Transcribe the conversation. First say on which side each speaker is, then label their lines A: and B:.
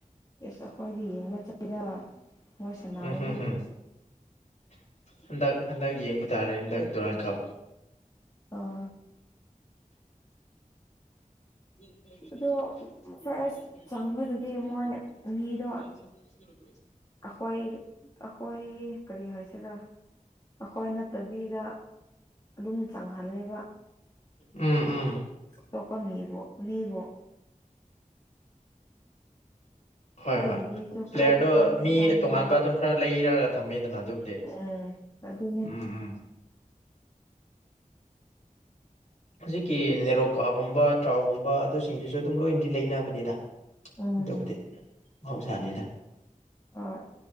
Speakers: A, on the left; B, on the left.
A: ꯑꯁ ꯑꯩꯈꯣꯏꯗꯤ ꯌꯦꯡꯕ ꯆꯠꯂꯤꯗ ꯃꯣꯏ ꯁꯥꯟꯅꯔꯗꯤ
B: ꯎꯝ ꯍꯝ ꯍꯝ ꯍꯟꯗꯛ ꯍꯟꯗꯛ ꯌꯦꯡꯕ ꯇꯥꯔꯦ ꯍꯟꯗꯛ ꯗꯨꯔꯥꯡ ꯀꯞ
A: ꯑꯥ
B: <unintelligible>
A: ꯑꯗꯣ ꯐꯥꯔꯁ ꯆꯪꯕꯗꯗꯤ ꯃꯣꯏ ꯃꯤꯗꯣ ꯑꯩꯈꯣꯏ ꯑꯩꯈꯣꯏ ꯀꯔꯤ ꯍꯥꯏꯁꯤꯦꯔ ꯑꯩꯈꯣꯏ ꯅꯠꯇꯕꯤꯒ ꯑꯗꯨꯝ ꯆꯪꯍꯜꯂꯦꯕ
B: ꯎꯝ ꯎꯝ
A: ꯑꯇꯣꯞꯄ ꯃꯤꯕꯨꯣ ꯅꯅꯦꯕꯨꯣ
B: ꯍꯣꯏ
A: ꯑꯩꯈꯣꯏꯒꯤ
B: ꯍꯣꯏ
A: ꯃꯤꯁꯨ
B: ꯄ꯭ꯂꯦꯌꯔꯗꯣ
A: ꯈꯔꯗꯤ ꯆꯪꯗꯤ
B: ꯃꯤ
A: ꯆꯪꯉꯦ
B: ꯇꯣꯉꯥꯟꯕ
A: ꯍꯣꯏ
B: ꯑꯗꯨꯝ ꯈꯔ ꯂꯩꯔꯒ ꯊꯝꯃꯦꯗꯅ ꯑꯗꯨꯕꯨꯗꯤ
A: ꯎꯝ ꯑꯗꯨꯅꯦ
B: ꯎꯝ ꯎꯝ ꯍꯧꯖꯤꯛꯀꯤ ꯅꯦꯔꯣꯀꯥꯒꯨꯝꯕ ꯇ꯭ꯔꯥꯎꯒꯨꯝꯕ ꯑꯗꯨꯁꯤꯡꯗꯨꯁꯨ ꯑꯗꯨꯝ ꯂꯣꯏꯅꯗꯤ ꯂꯩꯅꯕꯅꯤꯗ
A: ꯎꯝ
B: ꯑꯗꯨꯕꯨꯗꯤ ꯃꯍꯧꯁꯥꯅꯤꯗ
A: ꯍꯣꯏ